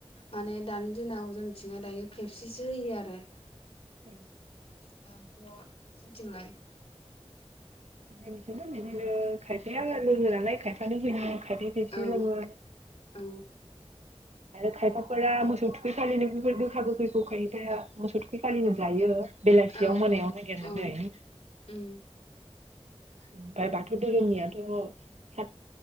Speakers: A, on the left (about 55°); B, on the right (about 85°).
A: माने दानि दिनाव जोंनिथिंहाय दायो पेपसिसो होयो आरो
B: औ
A: दाथ' नोंनिथिंलाय?
B: <unintelligible> खायसे पेपसि
A: औ
B: लोङो
A: औ
B: आरो खायफाफोरा मोसौ थुखै फालिनो बेफोर दोखा गोखै गखायैथायाया मोसौ थुखै खालिनो जायो। बेलासियाव
A: औ
B: मोनायाव नागिरनै
A: औ उम
B: ओमफ्राय बाथौ धोरोमनियाथ' सात